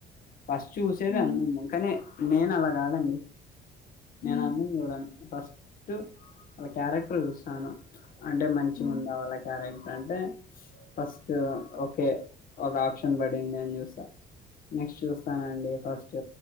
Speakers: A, on the left (about 55°); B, on the left (about 85°).
A: ఫస్ట్ చూసేది
B: మ్మ్
A: అందం కానే నేను అలా కాదండి
B: మ్మ్
A: నేను అందం చూడను ఫస్ట్ వాళ్ళ క్యారెక్టర్ చూస్తాను అంటే మంచిగా
B: మ్మ్
A: ఉందా వాళ్ళ క్యారెక్టర్ అంటే ఫస్ట్ ఒకే ఒక ఆప్షన్ పడింది అని చూస్తా నెక్స్ట్ చూస్తానండి ఫస్ట్